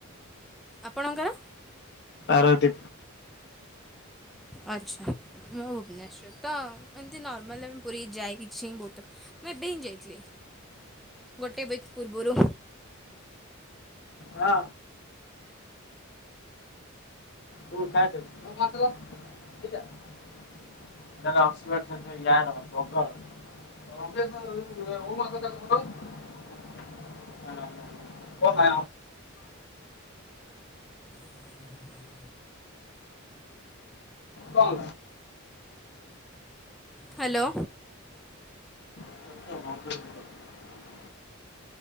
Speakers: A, in the centre; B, on the left.
A: ଆପଣଙ୍କର।
B: ଆରତି।
A: ଆଚ୍ଛା ମୁଁ ଭୁବନେଶ୍ଵର ତ ଏମତି ନର୍ମାଲ ପୁରୀ ଯାଇଛି। ବହୁତ ମୁଁ ଏବେହିଁ ଯାଇଥିଲି। ଗୋଟେ ଉଇକ୍ ପୂର୍ବରୁ।
B: ହଁ। ତୁ କାଟେ। ଅକ୍ସଫର୍ଡ ସେଟା ୟାର ବଗର। <unintelligible> ଓ ହୋ।
A: <inaudible>
B: କଣ?
A: ହ୍ୟାଲୋ।
B: <unintelligible>